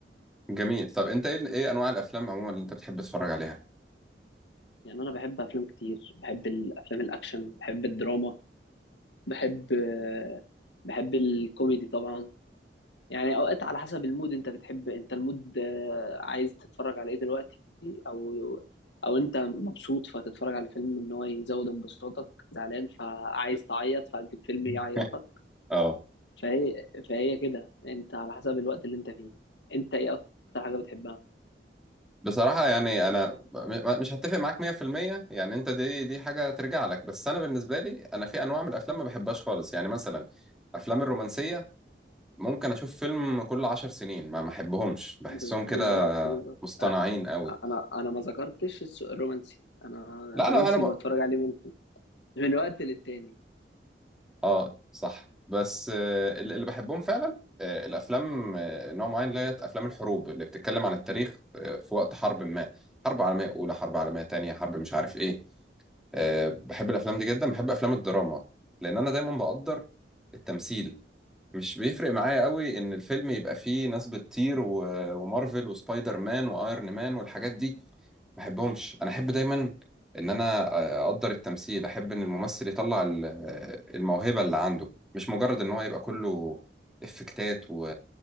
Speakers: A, in the centre; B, on the left.
A: جميل طب انت ايه ايه انواع الافلام عموما اللي انت بتحب تتفرج عليها
B: يعني انا بحب افلام كتير بحب الافلام الاكشن بحب الدراما بحب آه، بحب الكوميدي طبعا يعني اوقات على حسب المود انت بتحب انت المود آه، عايز تتفرج على ايه دلوقتي او او انت مبسوط فتتفرج على فيلم ان هو يزود انبساطك زعلان فعايز تعيط فتجيب فيلم
A: <laughs>
B: يعيطك
A: اه
B: فهي فهي كده انت على حسب الوقت اللي انت فيه انت ايه اكتر حاجة بتحبها
A: بصراحة يعني أنا م- مش هتفق معاك 100% يعني أنت دي دي حاجة ترجع لك بس أنا بالنسبة لي أنا في أنواع من الأفلام ما بحبهاش خالص يعني مثلا أفلام الرومانسية ممكن أشوف فيلم كل عشر سنين ما ما أحبهمش بحسهم
B: ب-
A: كده
B: بالظبط بالظبط
A: مصطنعين
B: أ-
A: قوي
B: انا انا ما ذكرتش الس- الرومانسي انا
A: لا
B: الرومانسي
A: أنا أنا ب...
B: بتفرج عليه ممكن من وقت للتاني
A: اه صح بس آه، اللي اللي بحبهم فعلا آه، الافلام آه، نوع معين اللي هي افلام الحروب اللي بتتكلم عن التاريخ آه، في وقت حرب ما حرب عالميه اولى حرب عالميه تانية حرب مش عارف ايه آه، بحب الافلام دي جدا بحب افلام الدراما لان انا دايما بقدر التمثيل مش بيفرق معايا قوي ان الفيلم يبقى فيه ناس بتطير و- ومارفل وسبايدر مان وايرون مان والحاجات دي ما احبهمش انا احب دايما ان انا آه، اقدر التمثيل احب ان الممثل يطلع ال- آه، الموهبة اللي عنده مش مجرد ان هو يبقى كله افكتات و...